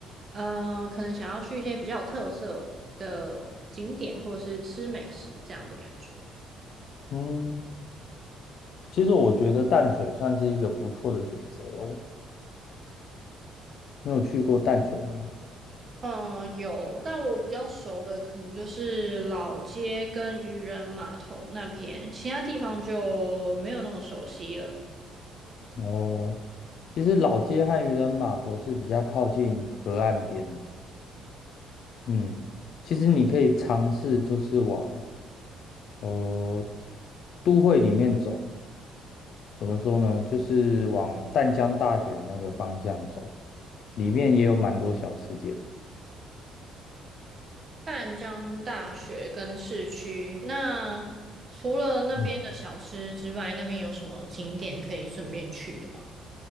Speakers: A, on the right; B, on the left.
A: 呃可能想要去一些比较有特色的景点或是吃美食这样的感觉。
B: 嗯，其实我觉得淡水算是一个不错的选择哦。你有去过淡水吗？
A: 嗯，有，但我比较熟的可能就是老街跟渔人码头那边，其他地方就没有那么熟悉了。
B: 哦，其实老街和渔人码头是比较靠近河岸边。嗯，其实你可以尝试就是往呃都会里面走。怎么说呢？就是往淡江大学那个方向走，里面也有蛮多小吃店。
A: 淡江大学跟市区，那除了那边的小吃之外，
B: 嗯
A: 那边有什么景点可以顺便去的吗？